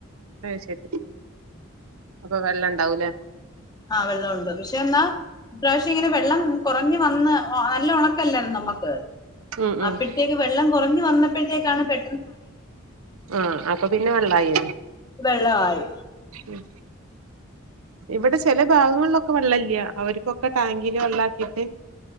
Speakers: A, on the right; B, on the left.
A: അയ് ശരി അപ്പൊ വെള്ളംണ്ടാവൂലേ
B: ആഹ് വെള്ള ഉണ്ട് പക്ഷെ എന്നാ ഇപ്രാവശ്യം ഇങ്ങനെ വെള്ളം കുറഞ്ഞ് വന്ന് നല്ല ഉണക്കല്ലായിരുന്നു നമ്മുക്ക്
A: ഉം ഉം
B: അപ്പഴത്തേക്ക് വെള്ളം കുറഞ്ഞി വന്നപ്പഴത്തേക്കാണ് പെ
A: ആഹ് അപ്പൊ പിന്നെ വള്ളായി
B: വെള്ളായി
A: ഉം ഇവിടെ ചെല ഭാഗങ്ങളിലൊക്കെ വെള്ളല്ല അവർക്കൊക്കെ ടാങ്കില് വെള്ളാക്കിയിട്ട്